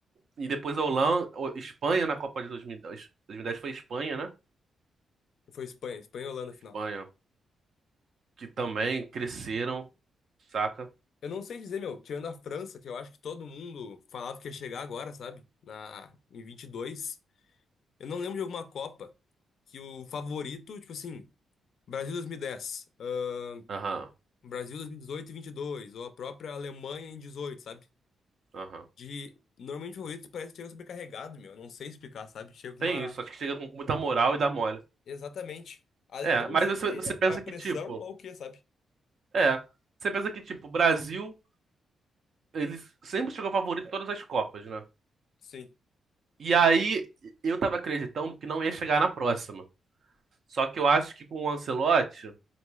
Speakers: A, on the right; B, on the left.
A: E depois a Holanda, o- Espanha na Copa de 2010. 2010 foi Espanha, né?
B: Foi Espanha, Espanha e Holanda final.
A: Espanha. Que também cresceram, saca?
B: Eu não sei dizer, meu, tirando a França, que eu acho que todo mundo falava que ia chegar agora, sabe? Na, em vinte e dois Eu não lembro de alguma Copa que o favorito, tipo assim, Brasil 2010, ahn,
A: Aham,
B: Brasil 2018 e dezoito e vinte e dois ou a própria Alemanha em dezoito sabe?
A: aham.
B: De. Normalmente o Doritos parece que chega sobrecarregado, meu. Eu Não sei explicar, sabe? Chega
A: Tem
B: uma.
A: isso, acho que chega com muita moral e dá mole.
B: Exatamente. A- Eu
A: É, mas
B: não sei
A: você,
B: se
A: você
B: é
A: pensa
B: a pressão
A: que, tipo,
B: ou o que, sabe?
A: é, você pensa que, tipo, o Brasil, ele sempre chegou favorito em todas as Copas, né?
B: Sim.
A: E aí, eu tava acreditando que não ia chegar na próxima. Só que eu acho que com o Ancelotti,